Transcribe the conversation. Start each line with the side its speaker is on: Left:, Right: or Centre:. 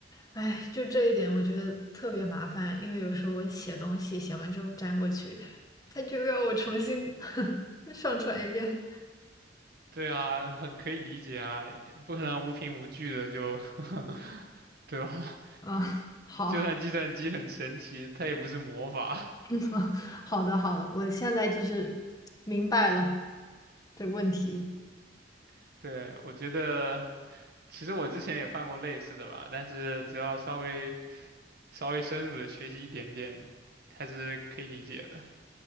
Left: 哎，就这一点我觉得特别麻烦，因为有时候我写东西写完之后粘过去，他就要我重新 <laughs> 上传一遍。
Right: 对啊，很可以理解啊，不可能无凭无据的就，<laughs> 对吧？
Left: 嗯，好，
Right: 就算计算机很神奇，它也不是魔法。
Left: <laughs> 嗯，好的，好的，我现在就是明白了这问题。
Right: <laughs> 对，我觉得，其实我之前也犯过类似的吧，但是只要稍微稍微深入的学习一点点，还是可以理解的。